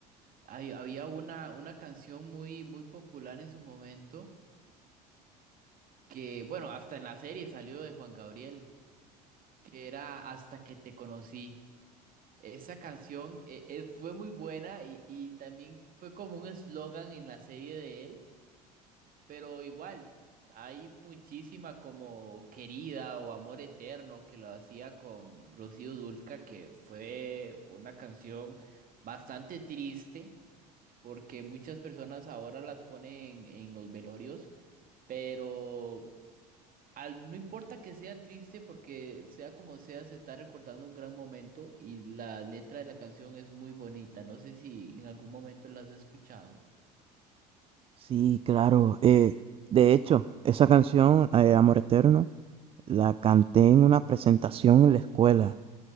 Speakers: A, on the right; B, on the right.
A: hay- había una, una canción muy, muy popular en su momento, que, bueno, hasta en la serie salió de Juan Gabriel, que era Hasta que te conocí. Esa canción eh, eh, fue muy buena y, y también fue como un eslogan en la serie de él Pero igual, hay muchísima como Querida o Amor Eterno que lo hacía con Rocío Dulca, que fue una canción bastante triste, porque muchas personas ahora las ponen en, en los velorios, pero al, no importa que sea triste, porque sea como sea, se está recordando un gran momento y la letra de la canción es muy bonita. No sé si en algún momento la has escuchado.
B: Sí, claro. eh, de hecho, esa canción, eh, Amor Eterno, la canté en una presentación en la escuela.